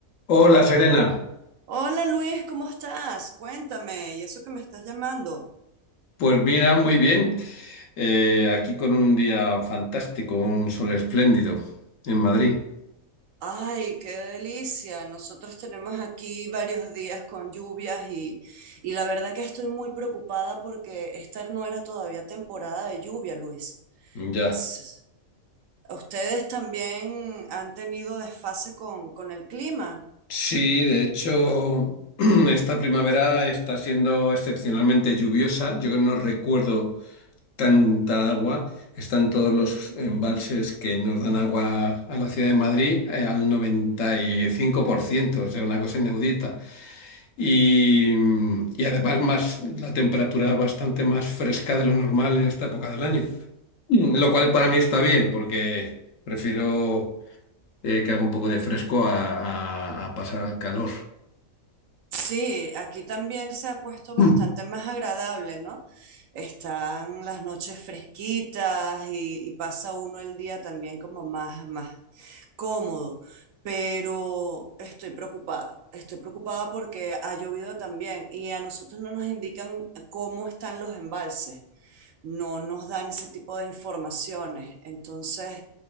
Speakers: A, on the left; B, on the right.
A: Hola Serena,
B: Hola Luis, ¿cómo estás? Cuéntame, ¿y eso que me estás llamando?
A: pues mira, muy bien. Eh, aquí con un día fantástico, un sol espléndido en Madrid.
B: Ay, qué delicia. Nosotros tenemos aquí varios días con lluvias y, y la verdad que estoy muy preocupada porque esta no era todavía temporada de lluvia, Luis.
A: Ya.
B: S- ¿Ustedes también han tenido desfase con, con el clima?
A: Sí, de hecho, <clears throat> esta primavera está siendo excepcionalmente lluviosa. Yo no recuerdo tanta agua. Están todos los embalses que nos dan agua a la ciudad de Madrid, eh, al 95%, o sea, una cosa inaudita. y, y además más, la temperatura bastante más fresca de lo normal en esta época del año. Mm, Lo cual para mí está bien, porque prefiero eh, que haga un poco de fresco a, a- a pasar al calor.
B: Sí, aquí también se ha puesto bastante
A: <clears throat>
B: más agradable, ¿no? Están las noches fresquitas y, y pasa uno el día también como más, más cómodo, pero estoy preocupada. Estoy preocupada porque ha llovido también y a nosotros no nos indican cómo están los embalses, no nos dan ese tipo de informaciones. Entonces,